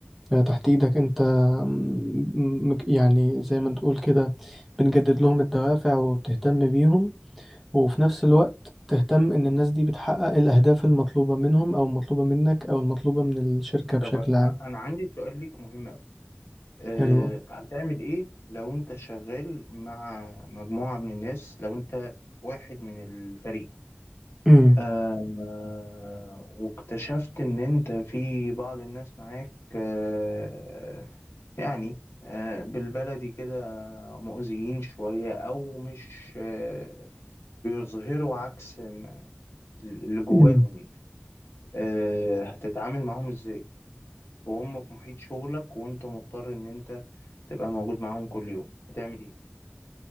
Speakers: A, in the centre; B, on the left (about 85°).
A: آه، تحت إيدك انت م- م- يعني زي ما تقول كده بنجدد لهم الدوافع وبتهتم بيهم وفي نفس الوقت تهتم إن الناس دي بتحقق الأهداف المطلوبة منهم أو المطلوبة منك أو المطلوبة من الشركة بشكل
B: طب أ-
A: عام
B: أنا عندي سؤال ليك مهم أوي آه،
A: حلوة
B: هتعمل إيه لو أنت شغال مع مجموعة من الناس لو أنت واحد من الفريق
A: أمم.
B: آه واكتشفت إن أنت في بعض الناس معاك آه يعني آه بالبلدي كده مؤذيين شوية أو مش آه بيظهروا عكس ما- اللي جواهم
A: أمم.
B: يعني آه هتتعامل معاهم إزاي وهم في محيط شغلك وأنت مضطر إن أنت تبقى موجود معاهم كل يوم هتعمل إيه؟